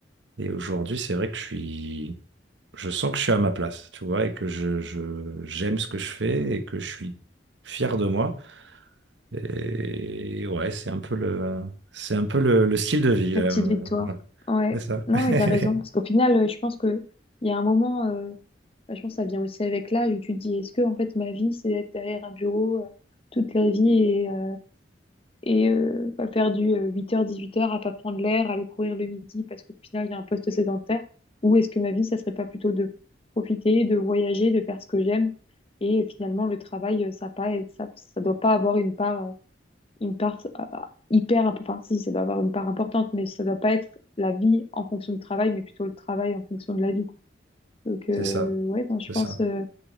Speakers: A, on the right; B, on the left.
A: et aujourd'hui, c'est vrai que je suis, je sens que je suis à ma place, tu vois, et que je, je- j'aime ce que je fais et que je suis fier de moi. Et ouais, c'est un peu le, c'est un peu le, le style de vie, là.
B: La petite
A: euh,
B: victoire.
A: ouais,
B: Ouais.
A: C'est ça.
B: Non,
A: <laughs>
B: mais t'as raison. Parce qu'au final, euh, je pense que il y a un moment, euh, bah, je pense que ça vient aussi avec l'âge où tu te dis, est-ce que, en fait, ma vie, c'est d'être derrière un bureau, euh, toute la vie et, euh, et euh, bah, faire du euh, huit heures dix-huit heures à pas prendre l'air, aller courir le midi parce qu'au final, il y a un poste sédentaire. Ou est-ce que ma vie, ça serait pas plutôt de profiter, de voyager, de faire ce que j'aime. Et euh, finalement, le travail, euh, ça pas, ça, ça doit pas avoir une part euh, une part euh, hyper, imp- enfin si, ça doit avoir une part importante, mais ça doit pas être la vie en fonction du travail, mais plutôt le travail en fonction de la vie, quoi. Donc euh,
A: C'est ça.
B: ouais, non, je
A: C'est
B: pense,
A: ça.
B: euh,